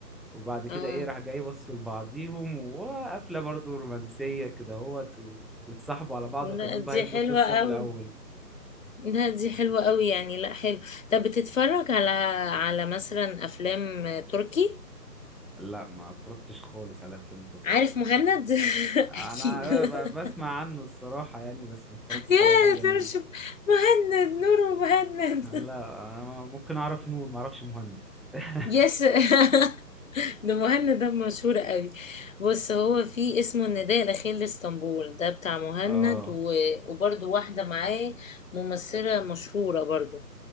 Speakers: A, in the centre; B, on the left.
A: وبعد كده
B: اه
A: ايه راح جاي بصوا لبعضيهم وقفلة برضو رومانسية كده هوت و... واتصاحبوا على بعض
B: لا
A: وكأنهم
B: دي
A: بقى هيبدوا
B: حلوة
A: القصة
B: قوي
A: من الأول
B: لا دي حلوة قوي يعني لا حلو طب بتتفرج على على مثلا افلام تركي
A: لا ما اتفرجتش خالص على افلام تركي
B: عارف مهند <laughs>
A: انا
B: اكيد
A: ب- بسمع
B: <laughs>
A: عنه الصراحة يعني بس ما اتفرجتش
B: يا
A: على اي حاجة ليه
B: ترشم مهند نور مهند
A: لا أنا ممكن اعرف نور ما اعرفش مهند <laughs>
B: يس <laughs> ده مهند ده مشهور قوي بص هو في اسمه النداء الاخير لاسطنبول ده بتاع مهند
A: اه
B: و... وبرده واحدة معاه ممثلة مشهورة برضو